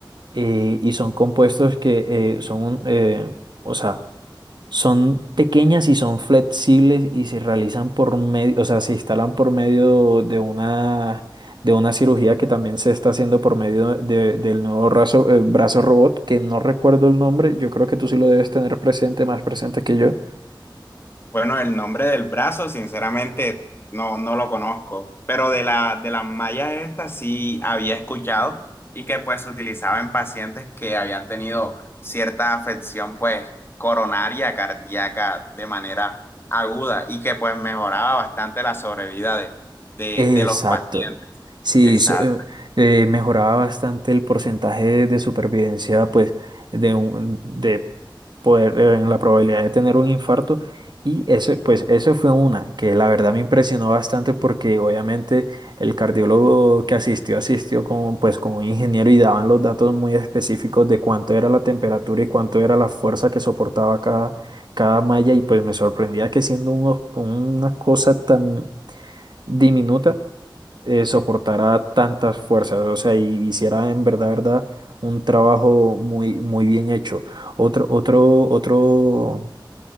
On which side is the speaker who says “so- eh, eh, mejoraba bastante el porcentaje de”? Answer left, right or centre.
Right